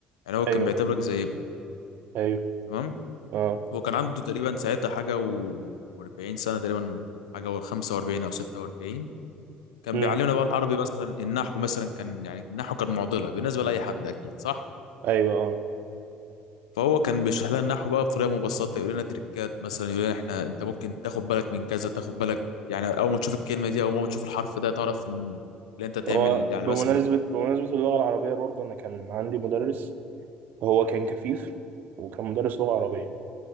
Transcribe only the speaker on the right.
ايوه
ايوه
اه
امم
ايوه اه
هو بمناسبة
بمناسبة اللغة العربية برضه انا كان عندي مدرس هو كان كفيف وكان مدرس لغة عربية